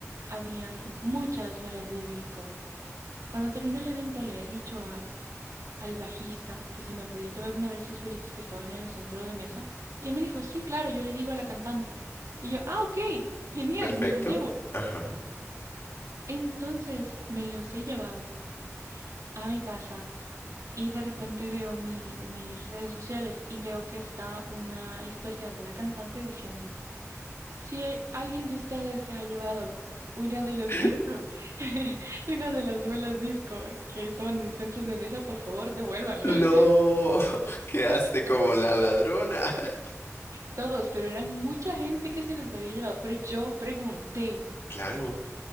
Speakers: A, on the right; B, on the left.
A: habían muchas bolas de disco. Cuando terminó el evento le he dicho a- al bajista que si me podía llevar una de esas bolitas que estaban en los centros de mesa, y él me dijo, sí, claro, yo le digo a la cantante. Y yo, ah, ok, genial,
B: Perfecto.
A: me lo llevo.
B: Ajá.
A: Entonces me los he llevado a mi casa Y de repente veo mi, mis redes sociales y veo que está una historia de la cantante diciendo, si alguien de ustedes se ha llevado una de los
B: <laughs>
A: discos, <laughs> una de las bolas disco que estaban en centros de mesa, por favor, devuélvanlo.
B: No,
A: <laughs>
B: <laughs> quedaste como la ladrona. <laughs>
A: Todos, pero eran mucha gente que se las había llevado. Pero yo pregunté,
B: Claro.